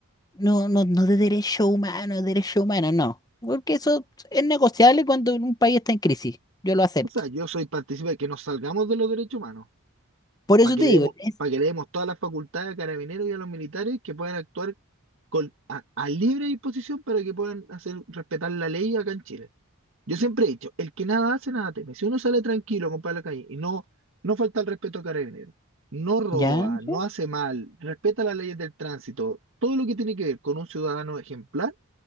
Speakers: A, on the left; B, on the right.
A: no, no, no de derecho humano, de derecho humano, no, porque eso es negociable cuando un país está en crisis, yo lo acepto.
B: O sea, yo soy partícipe de que nos salgamos de los derechos humanos,
A: Por
B: para
A: eso
B: que
A: te
B: le
A: digo,
B: demos,
A: es-
B: para que le demos todas las facultades a carabineros y a los militares que puedan actuar con, a, a libre disposición para que puedan hacer respetar la ley acá en Chile. Yo siempre he dicho, el que nada hace, nada teme. Si uno sale tranquilo, compadre, a la calle y no, no falta el respeto a Carabineros, no roba,
A: ¿ya?
B: no
A: ¿Sí?
B: hace mal, respeta las leyes del tránsito, todo lo que tiene que ver con un ciudadano ejemplar,